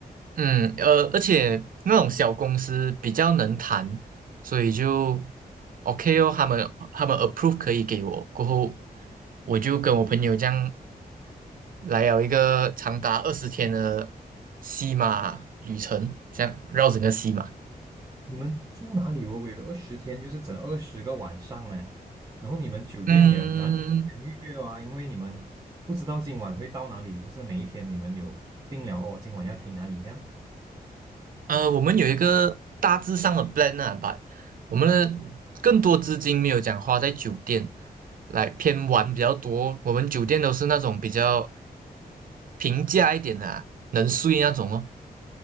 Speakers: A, on the right (about 60°); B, on the right (about 25°).
A: 嗯，呃，而且那种小公司比较能谈，所以就 OK 哦，他们他们 approve 可以给我，过后我就跟我朋友这样来有一个长达二十天的西马旅程，这样绕整个西马。
B: 你们住哪里？我我有二十天，就是整二十个晚上哎。然后你们酒店也很难提前预约啊，
A: 嗯，
B: 因为你们不知道今晚会到哪里，不是每一天你们有定了哦，今晚要停哪里这样。
A: 呃，我们有一个大致上的 plan 啊吧，我们的更多资金没有讲花在酒店，来偏玩比较多。我们酒店都是那种比较平价一点的啊能睡那种哦，